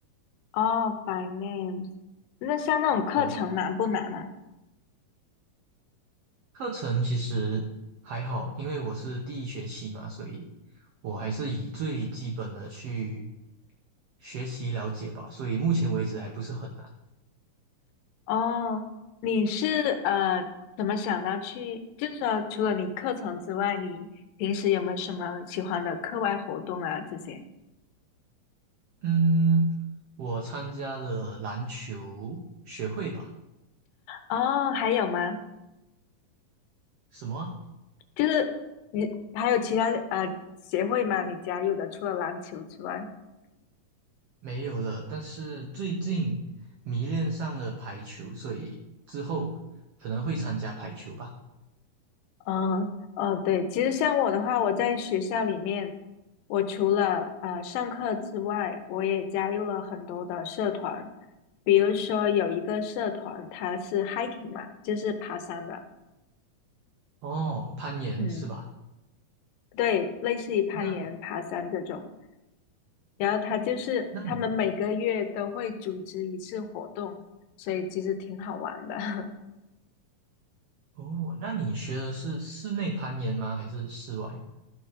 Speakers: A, on the left (about 80°); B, on the right (about 80°).
A: 哦，by n a m e 那像那种课程难不难啊？
B: 对，课程其实还好，因为我是第一学期嘛，所以我还是以最基本的去学习了解吧，所以目前为止还不是很难。
A: 哦，你是呃怎么想到去？就是说，除了你课程之外，你平时有没有什么喜欢的课外活动啊？这些？
B: 嗯，我参加了篮球学会吧，
A: 哦，还有吗？
B: 什么啊
A: 就是你还有其他呃协会吗？你加入的除了篮球之外？
B: 没有了，但是最近迷恋上了排球，所以之后可能会参加排球吧。
A: 嗯，哦，对，其实像我的话，我在学校里面，我除了呃上课之外，我也加入了很多的社团，比如说有一个社团，它是 hiking 嘛，就是爬山的，
B: 哦，攀岩是吧？
A: 嗯，对，类似于攀岩、
B: 那
A: 爬山这种。然后它就是他们每个月都会组织一次活动，
B: 那你
A: 所以其实挺好玩的。<laughs>
B: 哦，那你学的是室内攀岩吗？还是室外？